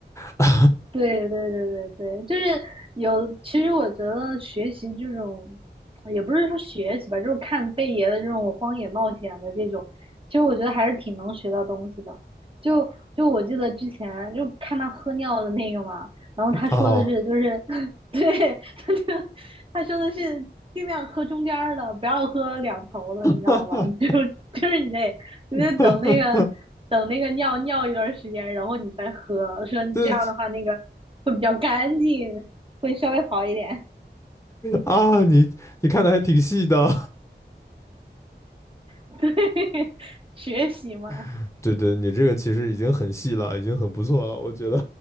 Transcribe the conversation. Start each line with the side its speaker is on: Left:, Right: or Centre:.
Left: 啊，
Right: 对对对对对，就是有。其实我觉得学习这种，也不是说学习吧，就是看贝爷的这种荒野冒险的这种，其实我觉得还是挺能学到东西的。就就我记得之前就看他喝尿的那个嘛，然后他说的是就是，
Left: <laughs> 哦
Right: <laughs> 对，他就他说的是尽量喝中间儿的，不要喝两头的，你知道吗？
Left: 哈哈
Right: <laughs> 就就是你得你得等那个。
Left: 哈哈
Right: 等那个尿尿一段时间，然后你再喝。
Left: <laughs>
Right: 说这样的话，
Left: 这
Right: 那个会比较干净，会稍微好一点。
Left: 啊，你你看的还挺细的，
Right: <laughs> 对，学习嘛，
Left: <laughs> 对对，你这个其实已经很细了，已经很不错了，我觉得